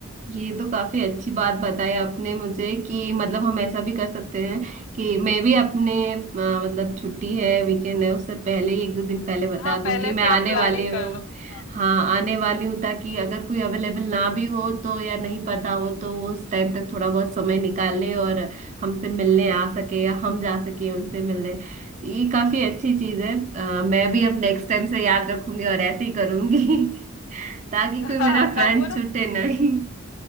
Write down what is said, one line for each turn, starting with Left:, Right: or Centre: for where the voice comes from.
Right: ये तो काफी अच्छी बात बताई आपने मुझे कि मतलब हम ऐसा भी कर सकते हैं कि मैं भी अपने अ, मतलब छुट्टी है वीकेंड है उससे पहले ही एक दो दिन पहले बता
Left: हाँ
Right: दूं
Left: पहले
Right: कि
Left: से
Right: मैं आने
Left: आप प्लानिंग
Right: वाली हूँ
Left: कर लो हाँ
Right: हाँ आने वाली हूँ ताकि अगर कोई अवेलेबल ना भी हो तो या नहीं पता हो तो वो उस टाइम तक थोड़ा बहुत समय निकाले और हमसे मिलने आ सके या हम जा सके उनसे मिलने ये काफी अच्छी चीज है अ, मैं भी अब नेक्स्ट टाइम से याद रखूंगी और ऐसे ही करूंगी <laughs> ताकि कोई
Left: हाँ
Right: मेरा
Left: हाँ
Right: फ्रेंड
Left: कब वो ना
Right: छूटे नहीं